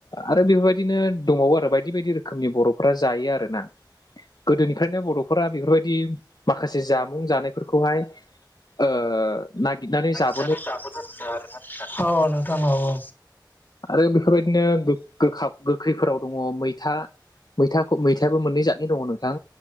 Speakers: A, on the left; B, on the left.
A: आरो बेफोरबायदिनो दंबावो आरो बायदि बायदि रोखोमनि बर'फ्रा जायो आरोना। गोदोनिफ्रायनो बर'फोरा बेफोरबायदि माखासे जामुं जानायफोरखौहाय ओ नागिरनानै जाब
B: <unintelligible> अ नोंथां अ अ
A: आरो बेफोरबायदिनो गोग गोखा गोखैफोराव दङ मैथा मै मैथाखौ मैथायाबो मोननै जादनि दङ नोंथां